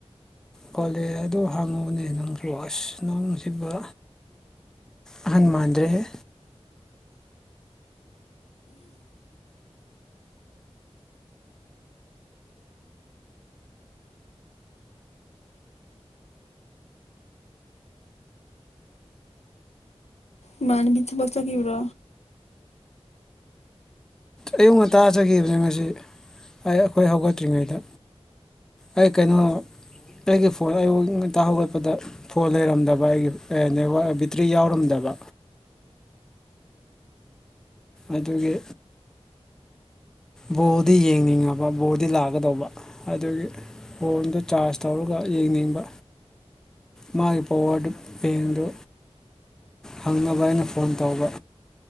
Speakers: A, in the centre; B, on the left.
A: ꯀꯣꯂꯦ ꯑꯗꯨ ꯍꯪꯉꯣꯅꯦ ꯅꯪꯒ꯭ꯂꯨ ꯑꯁ ꯅꯪꯁꯤꯕ ꯑꯍꯟ ꯃꯥꯥꯟꯗ꯭ꯔꯦ ꯍꯦ
B: ꯏꯃꯥꯟꯅꯕꯤ ꯊꯕꯛ ꯆꯠꯀꯤꯕ꯭ꯔꯣ
A: ꯑꯌꯨꯛ ꯉꯟꯇꯥꯥ ꯆꯠꯈꯤꯕꯅꯦ ꯉꯁꯤ ꯑꯩ ꯑꯩꯈꯣꯏ ꯍꯧꯒꯠꯇ꯭ꯔꯤꯉꯩꯗ ꯑꯩ ꯀꯩꯅꯣ ꯑꯩꯒꯤ ꯐꯣꯟ ꯑꯩꯌꯨꯛ ꯉꯟꯇꯥ ꯍꯧꯒꯠꯄꯗ ꯐꯣꯟ ꯂꯩꯔꯝꯗꯕ ꯑꯩꯒꯤ ꯑꯦ ꯅꯦꯠꯋꯥꯛ ꯕꯦꯇ꯭ꯔꯤ ꯌꯥꯎꯔꯝꯗꯕ ꯑꯗꯨꯒꯤ ꯕꯣꯜꯗꯤ ꯌꯦꯡꯅꯤꯡꯉꯕ ꯕꯣꯔꯗꯤ ꯂꯥꯛꯀꯗꯧꯕ ꯑꯗꯨꯒꯤ ꯐꯣꯟꯗꯣ ꯆꯥꯔꯖ ꯇꯧꯔꯒ ꯌꯦꯡꯅꯤꯡꯕ ꯃꯥꯒꯤ ꯄꯥꯋꯥꯔꯗꯨ ꯕꯦꯡꯗꯣ ꯍꯪꯉꯕ ꯑꯩꯅ ꯐꯣꯟ ꯇꯧꯕ